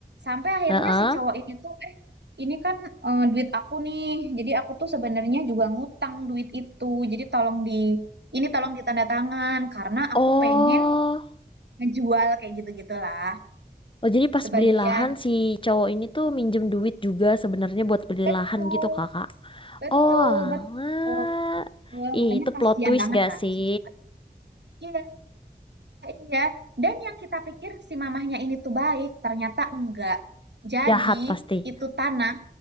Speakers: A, on the right; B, on the left.
A: Sampai akhirnya
B: Heeh.
A: si cowok ini tuh, eh ini kan eh, duit aku nih. Jadi aku tuh sebenarnya juga ngutang duit itu. Jadi tolong di, ini tolong ditanda tangan karena aku
B: Oh.
A: pengen ngejual kayak gitu-gitulah.
B: Oh, jadi pas
A: Sebagian
B: beli lahan si cowok ini tuh minjem duit juga sebenarnya buat beli
A: betul,
B: lahan gitu, Kakak.
A: betul,
B: Oh, alah.
A: betul.
B: Ih,
A: Makanya
B: itu
A: kasihan
B: plot twist
A: banget
B: gak
A: kan
B: sih?
A: si cowok. ini. Iya, iya. Dan yang kita pikir si mamahnya ini tuh baik, ternyata enggak. Jadi
B: Jahat pasti.
A: itu tanah